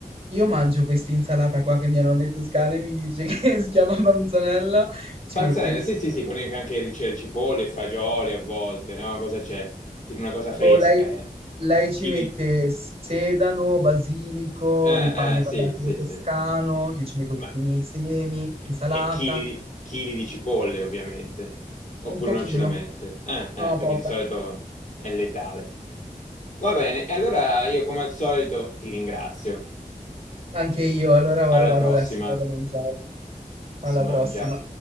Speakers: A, on the right; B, on the left.
A: io mangio questa insalata qua che mia nonna è toscana e mi dice che <laughs> si chiama panzanella, ci
B: Panzanella,
A: mette il...
B: sì,
A: se-
B: sì, sì, con i- anche i- c'è le cipolle, fagioli a volte, no? Cosa c'è? Tipo una cosa fresca,
A: Boh, lei,
B: eh.
A: lei ci
B: Chili...
A: mette sedano, basilico,
B: Eh,
A: il pane
B: eh,
A: vabbè
B: sì, sì,
A: quello toscano,
B: sì.
A: io ci metto
B: Ma...
A: tutti i miei semi,
B: E
A: insalata,
B: chili, chili di cipolle, ovviamente. Oppure
A: un pochino,
B: non ce la mette. Eh, eh,
A: no,
B: perché
A: poca,
B: di solito è letale. Va bene, e allora io come al solito ti ringrazio.
A: anche io, allora ora
B: Alla
A: vado
B: prossima,
A: adesso, vado a mangiare, alla
B: si mangia.
A: prossima.